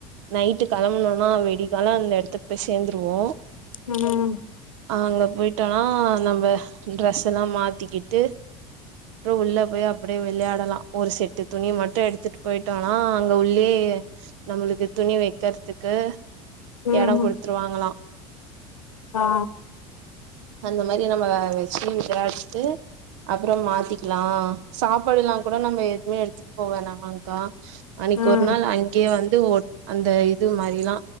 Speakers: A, on the right; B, on the left.
A: நைட்டு கிளம்பனும்னா வெடிகால அந்த எடத்துக்கு போய் சேந்துருவோ
B: ம்
A: அ அங்க போயிட்டனா நம்ம ட்ரெஸ் எல்லா மாத்திக்கிட்டு அப்ற உள்ள போய் அப்டியே விளையாடலா ஒரு செட்டு துணி மட்டும் எடுத்துட்டு போயிட்டோம்னா அங்க உள்ளயே நம்மளுக்கு துணி வெக்கற்துக்கு
B: ம்
A: எடம் குடுத்துருவாங்களா
B: ஆ
A: அந்த மாரி நம்ம வெச்சி விளையாட்டு அப்பற மாத்திக்ளா சாப்பாடுல்லா கூட நம்ம எதுவுமே எடுத்துட்டு போவ வேணாமாக்கா அன்னைக்கு
B: ம்
A: ஒரு நாள் அங்கேயே வந்து அந்த இது மாரிலா